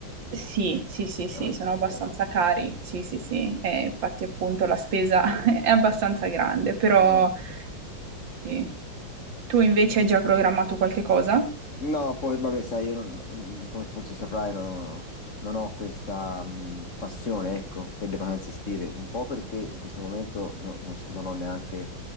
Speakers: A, on the right; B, on the left.
A: Sì, sì, sì, sì,
B: Ah,
A: sono abbastanza
B: ok.
A: cari, sì, sì, sì, Eh, infatti appunto la spesa <laughs> è abbastanza grande, però
B: Ah, ok.
A: sì. Tu invece hai già programmato qualche cosa?
B: No, poi vabbè, sai, io non- mm, come forse saprai, non, non ho questa mm, passione, ecco, per le vacanze estive, un po' perché in questo momento no- non, s- non ho neanche